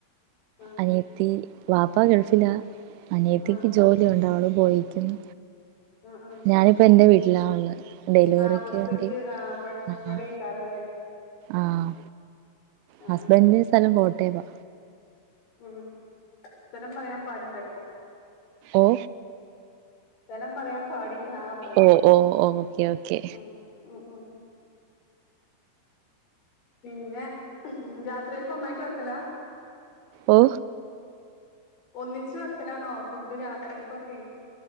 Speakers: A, on the left; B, on the right.
A: ആഹ്
B: അനിയത്തി. വാപ്പാ ഗൾഫിലാ അനിയത്തിക്ക്
A: ആഹ്
B: ജോലി ഉണ്ട് അവൾ പോയിക്ണ്.
A: ആഹ് ആഹ്
B: ഞാനിപ്പോ ഇന്റെ വീട്ടിലാ ഉളേ. ഡെലിവറിക്ക്
A: ആഹ് പ്രസവിച്ച്
B: വേണ്ടി
A: ആഹ് ഇവ
B: വന്നാ
A: ഇവടേക്കാരല്ലേ
B: ആഹ്
A: ആഹ്
B: ഹസ്ബന്റ്
A: ആഹ്
B: സ്ഥലം കോട്ടെ വാ
A: ഉമ് സ്ഥലം പറയാൻ പാടില്ല ട്ടോ.
B: ഓ
A: സ്ഥലം പറയാൻ പാടില്ല പറ പറയാം
B: ഓ ഓ ഓക്കെ ഓക്കെ
A: ഉമ് ഉമ് ഉമ് പിന്നെ രാത്രിയക്ക് ഒന്നായിട്ട് വെക്കല
B: ഓ
A: ഒന്നിച്ച് വെക്കലാണോ ഫുഡ് രാത്രിക്കൊക്കെ.